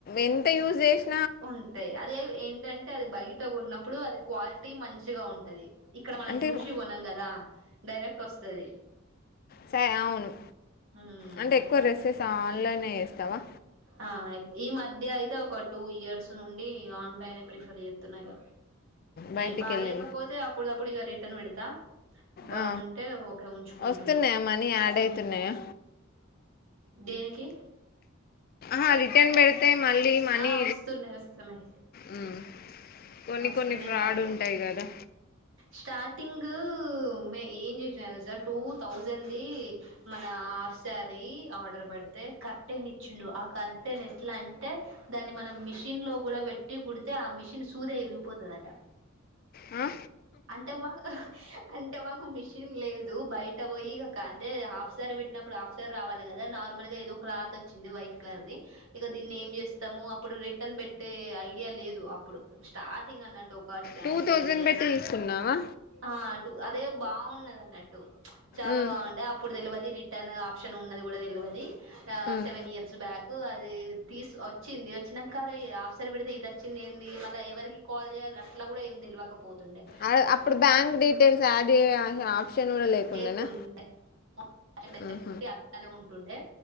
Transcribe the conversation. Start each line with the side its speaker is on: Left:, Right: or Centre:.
Left: ఎంత యూస్ చేసిన
Right: ఉంటాయి అది ఏంటంటే అది బయ్ ట ఉన్నప్పుడు అది క్వాలిటీ మంచిగా ఉంటది ఇక్కడ మనం
Left: అంటే
Right: చూసి కొన్నాం కదా డైరెక్ట్ వస్తది
Left: సరే అవును
Right: హ్మ్
Left: అంటే ఎక్కువ
Right: అట్లా
Left: డ్రెస్సెస్ ఆన్లైన్లో చేస్తావా
Right: ఆ ఈమధ్య అయితే ఒక టూ ఇయర్స్ నుండి ఆన్లైనే ప్రిఫర్ చేస్తున్న ఇగ
Left: బయటికెళ్ళి
Right: ఏ బాలేకపోతే అ అప్పుడప్పుడు రిటర్న్ పెడతా బాగుంటే
Left: ఆ
Right: ఓకే ఉంచుకుంటున్న
Left: వస్తున్నాయా మనీ యాడ్ అవుతున్నాయా
Right: దేనికి
Left: ఆ రిటన్ పెడితే మళ్లీ మనీ
Right: ఆ వస్తున్నాయి వస్తున్నాయి
Left: ఉ కొన్ని
Right: వస్తున్నాయి
Left: కొన్ని ఫ్రాడ్
Right: కాబట్టి
Left: ఉంటాయి
Right: ఓకే
Left: కదా
Right: స్టార్టింగ్ మే ఏం చేసినాడో తెలుసా టు తౌసండ్ ది మన హాఫ్ సారీ ఆర్డర్ పెడితే కరె టెన్ ఇచ్చిండు ఆ కరెట్న్ ఎట్లా అంటే దాని మనం మి మిషన్లో కూడా పెట్టి కుడితే ఆ మిషిన్ సూదే విరిగిపోతుందట
Left: ఆ
Right: అంటే మా అంటే మాకు మిషన్ లేదు బయట పోయి ఒక అంటే హాఫ్ సారీ పెట్టి పెట్టినప్పుడు హాఫ్ సారీ రావాలి కదా నార్మల్ గా ఏదో క్లాత్ వచ్చింది వైట్ కలర్ ది ఇక దీన్ని ఏం చేస్తాము అప్పుడు రిటర్న్ పెట్టే ఐడియా లేదు అప్పుడు స్టార్టింగ్ అన్నట్టు ఒక
Left: టూ థౌజండ్
Right: సెవెన్ ఇయర్స్
Left: పెట్టి తీసుకున్నావా
Right: అటు అదే బాగున్నది అన్నట్టు చాలా
Left: ఉమ్,
Right: బాగుండే అ అప్పుడు తెలువది రిటర్న్ ఆప్షన్ ఉన్నది కూడా తెలవది
Left: ఉమ్.
Right: సెవెన్ ఇయర్స్ బ్యాక్ కు అది తీసి వచ్చింది వచ్చినంక ఆరే ఆఫ్ సారీ పెడితే ఇది వచ్చింది ఏంది అలా ఎవరికి కాల్ చేయాలి అట్లా కూడా ఏం తెలవక పోతుండే
Left: ఆ- అప్పుడు బ్యాంక్ డీటెయిల్స్ యాడ్ చేయ ఆప్షన్ కూడా లేకుండానా
Right: యి లేకుండే అ
Left: ఉమ్,
Right: అట్లనే ఉంటుండే